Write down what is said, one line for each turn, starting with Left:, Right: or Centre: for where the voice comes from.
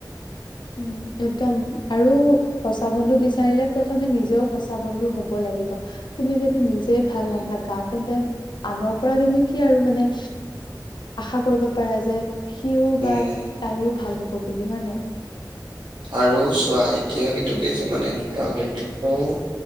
Left: উম, একদম আৰু সঁচা বন্ধু বিচাৰিলে প্ৰথমে নিজেও সঁচা বন্ধু হব, লাগিব তুমি যদি নিজে <unintelligible>
Right: উম,
Left: আনৰ পৰা তুমি কি আৰু মানে আশা কৰিব পাৰা যে সিও
Right: উম,
Left: বা তাইও ভাল পাব বুলি হয় নে?
Right: আৰু চোৱা এতিয়া কিন্ত কিছুমানে এনেকুৱা বন্ধুত্ব